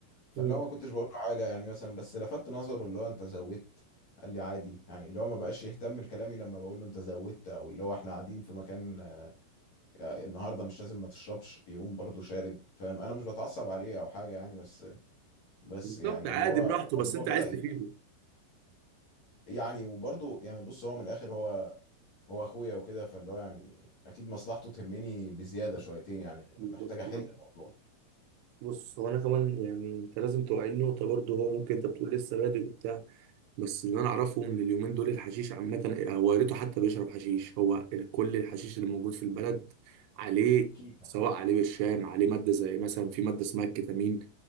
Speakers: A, on the left (about 55°); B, on the right (about 90°).
A: فاللي
B: مم.
A: هو ما كنتش بقول له حاجة يعني مثلا بس لفت نظره اللي هو انت زودت قال لي عادي يعني اللي هو ما بقاش يهتم لكلامي لما بقول له انت زودت او اللي هو احنا قاعدين في مكان آه، النهارده مش لازم ما تشربش يقوم برضه شارب فاهم انا مش بتعصب عليه او حاجة يعني بس بس
B: بالظبط
A: يعني
B: عادي
A: اللي هو
B: براحته
A: الموضوع
B: بس انت
A: بدأ
B: عايز
A: يبقى
B: تفيده
A: يعني وبرضه يعني بص هو من الاخر هو هو اخويا وكده فاللي هو يعني اكيد مصلحته تهمني بزياده
B: بالظبط
A: شويتين يعني
B: بالظبط
A: محتاج احل
B: بالظبط.
A: الموضوع
B: بص هو انا كمان يعني انت لازم توعي النقطه برضه هو ممكن انت بتقول لسه بادئ وبتاع بس اللي انا اعرفه ان اليومين دول الحشيش عامه هو يا ريته حتى بيشرب حشيش هو كل الحشيش اللي موجود في البلد عليه
A: اكيد يعني.
B: سواء عليه برشام عليه ماده زي مثلا في ماده اسمها الكتامين